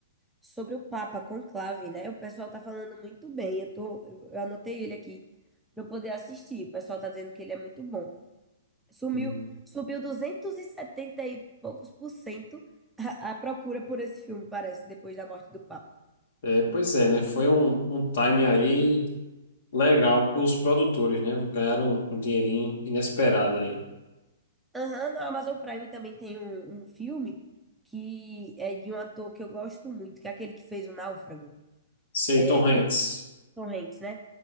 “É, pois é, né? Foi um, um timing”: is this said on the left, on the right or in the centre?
Left